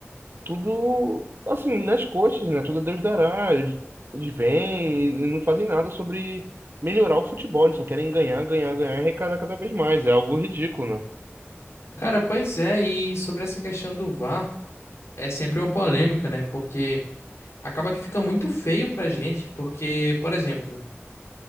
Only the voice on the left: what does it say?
Cara, pois é, e sobre essa questão do VAR, é sempre uma polêmica, né? Porque acaba que fica muito feio pra gente, porque, por exemplo,